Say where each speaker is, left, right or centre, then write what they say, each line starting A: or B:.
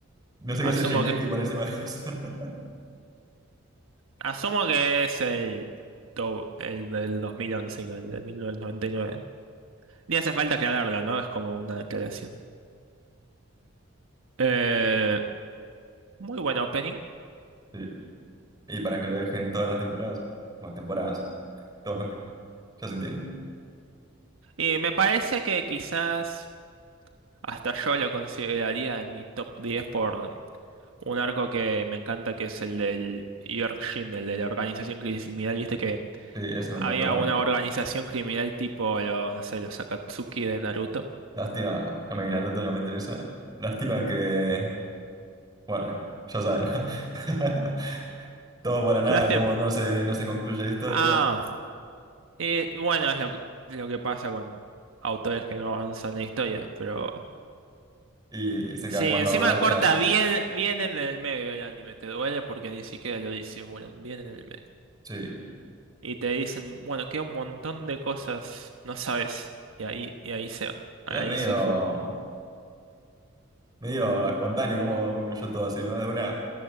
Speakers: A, on the right; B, on the right.
A: No sé
B: asumo
A: qué hace Shingeki por encima de eso. <laughs>
B: Asumo que es el, do- el del 2011 y no el del 1999. Ni hace falta aclararlo, ¿no? Es como una declaración. Eh, muy buen opening.
A: Sí. Y para que lo dejen todas las temporadas. o temporadas, todos los- ya se entiende.
B: Y me parece que quizás hasta yo lo consideraría en mi top 10 por un arco que me encanta, que es el del Yorkshin, el de la organización criminal. Viste que
A: Sí, eso me
B: había
A: encantó también.
B: una organización criminal tipo los, no sé, los Akatsuki de Naruto.
A: Lástima, no me vi Naruto, no me interesa. Lástima que, bueno, ya saben, ¿no? <laughs> Todo para nada,
B: Lástima.
A: como no se, no se concluye la historia
B: Ah, Eh, bueno, es lo que, lo que pasa con autores que no avanzan la historia, pero...
A: y se
B: Sí,
A: queda jugando
B: encima
A: gachas.
B: corta bien, bien en el medio el anime, te duele porque ni siquiera lo disimulan, bien en el medio.
A: Sí,
B: Y te dicen, bueno, queda un montón de cosas, no sabes, y ahí, y ahí se, ahí
A: Igual medio,
B: se fue.
A: medio espontáneo como concluyó todo así, ¿no? De una,